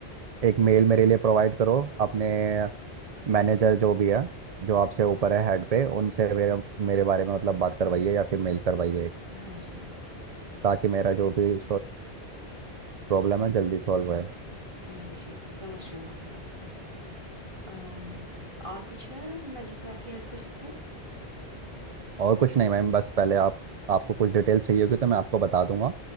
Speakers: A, on the right (about 30°); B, on the right (about 45°).
A: अम,
B: एक मेल मेरे लिए प्रोवाइड करो अपने मैनेजर जो भी है जो आपसे
A: जी
B: ऊपर
A: जी
B: है हेड पे उनसे मेरे मेरे बारे में मतलब बात करवाइए या फिर मेल करवाइए एक
A: हाँ जी
B: ताकि मेरा जो भी प्रॉब्लम है जल्दी सॉल्व हो
A: जी जी समझ रही हूँ आपकी बात को अम, और कुछ है मैं जिसमें आपकी हेल्प कर सकती हूँ
B: और कुछ नहीं मैम बस पहले आप आपको कुछ डिटेल चाहिए होगी तो मैं आपको बता दूंगा